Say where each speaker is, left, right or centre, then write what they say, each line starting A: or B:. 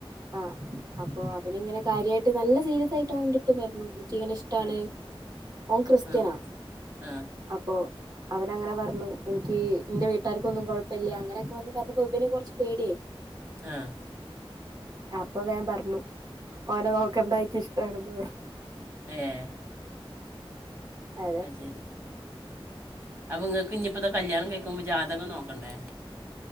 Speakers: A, on the right (about 40°); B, on the right (about 25°).
A: ആഹ് അപ്പൊ അവനിങ്ങനെ കാര്യാട്ട് നല്ല സീരിയസ് ആയിട്ട് അവന്റെടുത്ത് പറണു ക്കിങ്ങനെ ഇഷ്ടാണ്
B: ആ
A: ഓൻ ക്രിസ്ത്യന
B: ആ ആ
A: അപ്പൊ അവനങ്ങനെ പറഞ്ഞു എനിക്കീ ഇന്റെ വീട്ടാർക്കൊന്നും കുഴപ്പല്യ അങ്ങനെയൊക്കെ വന്ന് പറഞ്ഞപ്പോ ഇവനെ കൊർച്ച് പേടിയായി
B: ആ
A: അപ്പൊ വേൻ പറഞ്ഞു ഓനെ നോക്കണ്ടായിക്ക് ഇഷ്ടാണ് ന്ന് പറഞ്ഞു
B: ഏഹ്
A: അതെ
B: അത്ശരി അപ്പൊ ഇങ്ങക്ക് ഇഞിപ്പത് കല്യാണം കഴിക്കുമ്പോ ജാതകം നോക്കണ്ടേ